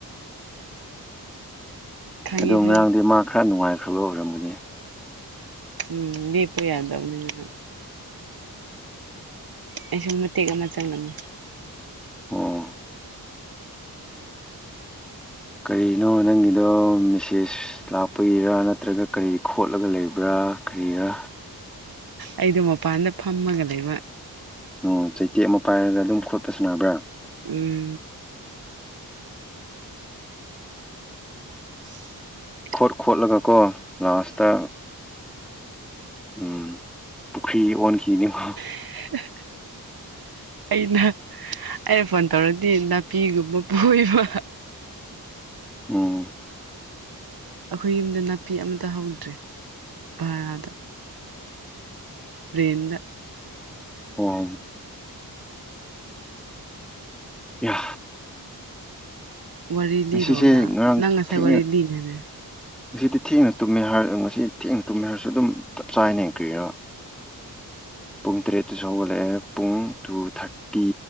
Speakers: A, on the right (about 70°); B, in the centre.
A: ꯈꯪꯉꯦ
B: ꯑꯗꯣ ꯉꯔꯥꯡꯗꯤ
A: ꯈꯪꯉꯦ
B: ꯃꯥ ꯈꯔ ꯅꯨꯡꯉꯥꯏꯈ꯭ꯔꯕ ꯑꯣꯏꯔꯝꯒꯅꯤ
A: ꯎꯝ ꯂꯦꯞꯄ ꯌꯥꯗꯕꯅꯤꯅ ꯑꯩꯁꯨꯨ ꯃꯇꯦꯛ ꯑꯃ ꯆꯪꯂꯝꯃꯦ
B: ꯑꯣ ꯀꯔꯤꯅꯣ ꯅꯪꯒꯤꯗꯣ ꯃꯦꯁꯦꯁ ꯂꯥꯞꯄꯒꯤꯔꯥ ꯅꯠꯇ꯭ꯔꯒ ꯀꯔꯤ ꯈꯣꯠꯂꯒ ꯂꯩꯕ꯭ꯔꯥ ꯀꯔꯤꯔ
A: ꯑꯩꯗꯣ ꯃꯄꯥꯟꯗ ꯐꯝꯃꯒ ꯂꯩꯕ
B: ꯑꯣ ꯆꯩꯇꯦꯛ ꯑꯃ ꯄꯥꯏꯔꯒ ꯑꯗꯨꯝ ꯈꯣꯠꯄ ꯁꯥꯅꯕ꯭ꯔꯥ
A: ꯎꯝ <unintelligible>
B: ꯈꯣꯠ ꯈꯣꯠꯂꯒꯀꯣ ꯂꯥꯁꯇ ꯎꯝ ꯄꯨꯈ꯭ꯔꯤ ꯑꯣꯟꯈꯤꯅꯤꯀꯣ
A: <unintelligible> ꯑꯩꯅ ꯑꯩꯅ ꯐꯣꯟ ꯇꯧꯔꯗꯤ ꯅꯥꯄꯤꯒꯨꯝꯕ ꯐꯣꯏꯕ
B: ꯎꯝ
A: ꯑꯩꯈꯣꯏ ꯌꯨꯝꯗ ꯅꯥꯄꯤ ꯑꯃꯠꯇ ꯍꯧꯗ꯭ꯔꯦ ꯚꯔꯥꯗ ꯔꯦꯟꯗ
B: ꯑꯣꯝ ꯌꯥ
A: ꯋꯥꯔꯤ
B: ꯉꯁꯤꯁꯦ
A: ꯂꯤꯔꯣ ꯅ
B: ꯉꯔꯥꯡ
A: ꯅꯪ ꯉꯁꯥꯏ
B: ꯊꯦꯡꯅ
A: ꯋꯥꯔꯤ ꯂꯤꯅꯦꯅ
B: ꯉꯁꯤꯗꯤ ꯊꯦꯡꯅ ꯇꯨꯝꯃꯦ ꯍꯥꯏꯔ ꯉꯁꯤ ꯊꯦꯡꯅ ꯇꯨꯝꯃꯦ ꯍꯥꯏꯔꯁꯨ ꯑꯗꯨꯝ ꯆꯞ ꯆꯥꯏꯅꯦ ꯀ꯭ꯔꯤꯔ ꯄꯨꯡ ꯇꯔꯦꯠꯇꯁꯨ ꯍꯧꯒꯠꯂꯛꯑꯦ ꯄꯨꯡ ꯇꯨ ꯊꯥꯔꯇꯤ ꯇꯤ